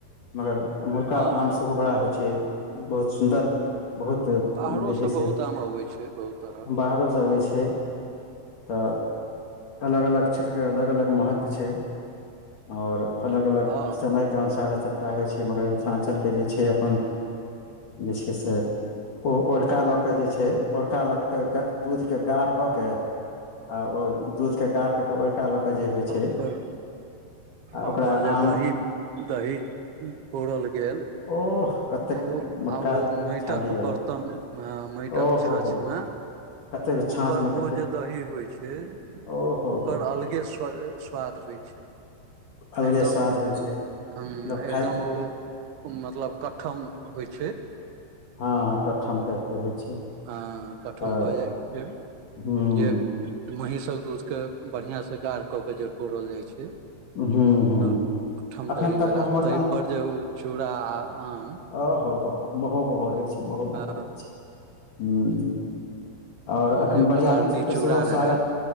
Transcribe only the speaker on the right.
हँ
बाहरो
बहुत आम अबै छै बहुत तरहक
हँ
आब
आ
ओकर
ओकर
जे
दही दही पौरल गेल
आ ओ
आ ओ माटिक
बरतन माटिक
छाँछमे
ओकर
ओ जे दही होइ छै
ओकर
अलगे स्वाद होइ छै
एकदम
हूं
एकदम ओ मतलब कट्ठम होइ छै
हँ कट्ठम
भऽ जाइ छै
जे महींषक दूध के बढ़ियां से गाढ़ क के जे पौरल जाइ छै
त ओठम
दही
भेल आ
तहि पर जे ओ चूड़ा आ आम
आ
ओहिमे
जे
कतरनी
चूड़ा
रहै